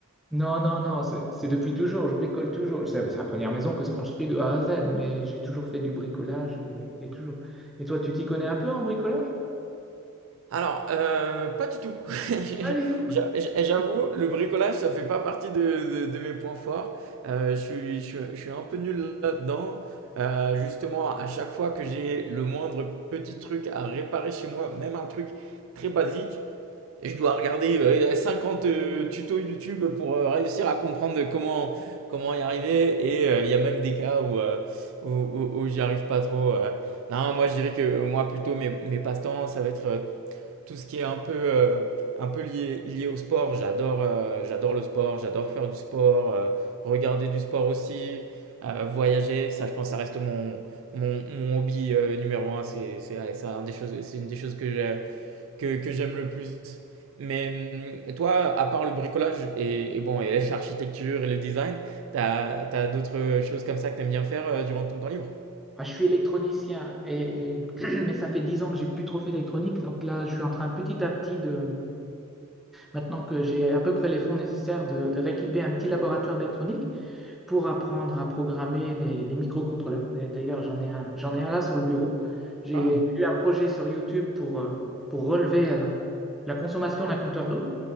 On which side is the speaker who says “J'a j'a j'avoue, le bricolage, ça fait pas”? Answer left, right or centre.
Right